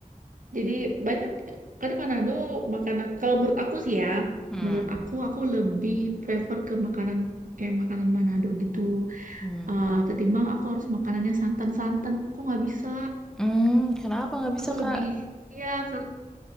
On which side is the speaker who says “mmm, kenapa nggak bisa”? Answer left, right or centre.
Centre